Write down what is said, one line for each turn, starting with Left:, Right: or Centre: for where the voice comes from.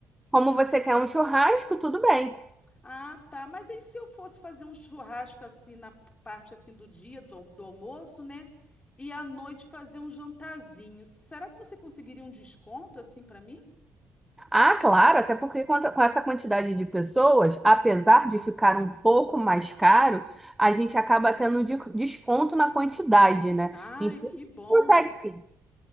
Centre: como você quer um churrasco, tudo bem.
Left: Ah, tá. Mas aí se eu fosse fazer um churrasco assim na parte assim do dia do, al- do almoço, né? E à noite fazer um jantarzinho. Será que você conseguiria um desconto assim pra mim?
Centre: Ah, claro, até porque com a- com essa quantidade de pessoas, apesar de ficar um pouco mais caro, a gente acaba tendo de- desconto na quantidade, né?
Left: Ai,
Centre: Então,
Left: que bom.
Centre: consegue sim.